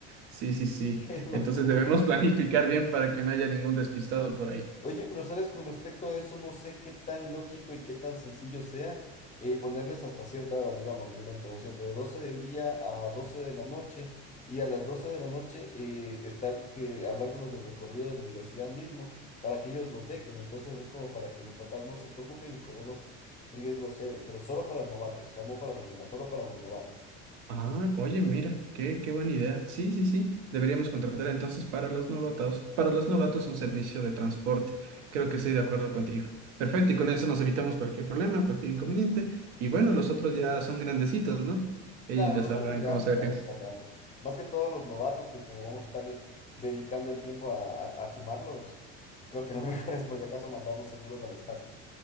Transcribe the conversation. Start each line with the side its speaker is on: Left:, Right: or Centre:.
Right: Sí, sí, sí.
Left: <laughs> qué locura.
Right: Entonces debemos <laughs> planificar bien para que no haya ningún despistado por ahí.
Left: Oye, pero sabes, con respecto a eso, no sé qué tan lógico y qué tan sencillo sea eh, ponerles hasta cierta hora, digamos, mi mento, ¿no es cierto? De 12 del día a 12 de la noche y a las 12 de la noche eh, estar que hablar con los del recorrido de la universidad mismo para que ellos los dejen. Entonces es como para que los papás no se preocupen y corremos riesgo cero, pero solo para novatos, o sea, no para los demás, solo para los novatos.
Right: Ah, oye, mira, qué, qué buena idea. Sí, sí, sí. Deberíamos contratar entonces para los novatos, para los novatos un servicio de transporte. Creo que estoy de acuerdo contigo. Perfecto, y con eso nos evitamos cualquier problema, cualquier inconveniente. Y bueno, los otros ya son grandecitos, ¿no? Ellos
Left: Claro,
Right: ya
Left: nosotros
Right: sabrán
Left: ya,
Right: cómo se
Left: pues
Right: defienden.
Left: ya están grandes. Más que todos los novatos que como vamos a estarles dedicando el tiempo a, a, a chumarlos, creo que lo mejor es por si acaso mandarlos seguros a las casas.